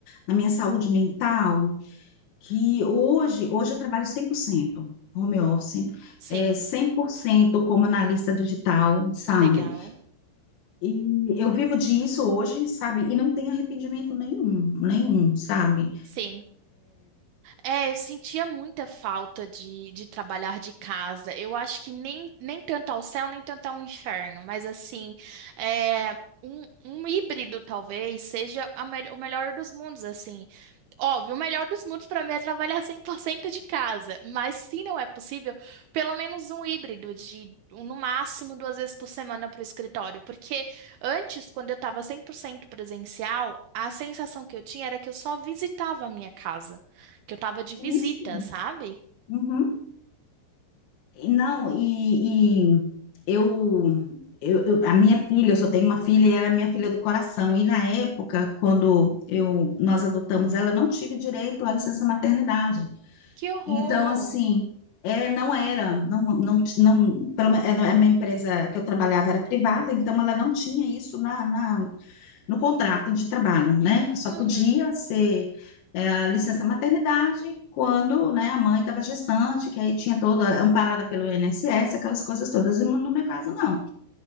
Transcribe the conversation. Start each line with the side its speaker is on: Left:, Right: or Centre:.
Left: na minha saúde mental, que hoje, hoje eu trabalho 100% home office,
Right: Sim,
Left: é, 100% como analista digital, sabe?
Right: legal.
Left: E eu vivo disso hoje, sabe? E não tenho arrependimento nenhum, nenhum, sabe?
Right: Sim. É, eu sentia muita falta de, de trabalhar de casa. Eu acho que nem, nem tanto ao céu, nem tanto ao inferno, mas assim, é, um, um híbrido talvez seja a mel- o melhor dos mundos, assim. Óbvio, o melhor dos mundos para mim é trabalhar 100% de casa, mas se não é possível, pelo menos um híbrido de um, no máximo duas vezes por semana para o escritório, porque antes, quando eu estava 100% presencial, a sensação que eu tinha era que eu só visitava a minha casa, que eu estava de visita,
Left: Isso.
Right: sabe?
Left: Uhum. E Não, e, e eu, eu, eu- a minha filha, eu só tenho uma filha e ela é minha filha do coração. E na época, quando eu, nós adotamos ela, eu não tive direito à licença maternidade.
Right: Que horror!
Left: Então, assim, é, não era, não, não, ti- não, pelo menos a minha empresa que eu trabalhava era privada, então ela não tinha isso na, na- no contrato de trabalho, né? Que só
Right: Uhum,
Left: podia ser é, licença maternidade quando, né, a mãe estava gestante, que aí tinha toda amparada pelo INSS, aquelas coisas todas. E no meu caso, não.